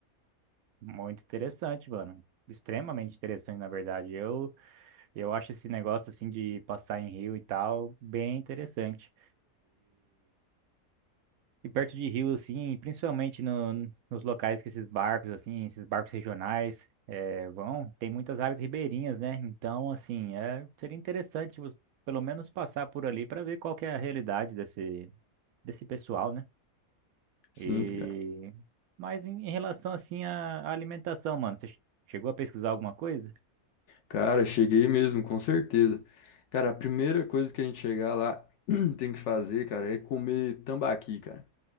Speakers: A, on the right; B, on the left.
A: Muito interessante, mano. Extremamente interessante, na verdade. Eu, eu acho esse negócio, assim, de passar em rio e tal, bem interessante. E perto de rio, assim, principalmente no- nos locais que esses barcos, assim, esses barcos regionais eh, vão, tem muitas áreas ribeirinhas, né? Então, assim, é, seria interessante você, pelo menos passar por ali para ver qual que é a realidade desse, desse pessoal, né?
B: Sim,
A: E...
B: cara.
A: Mas em, em relação, assim, à à alimentação, mano, você chegou a pesquisar alguma coisa?
B: Cara, cheguei mesmo, com certeza. Cara, a primeira coisa que a gente chegar lá <clears throat> tem que fazer, cara, é comer tambaqui, cara.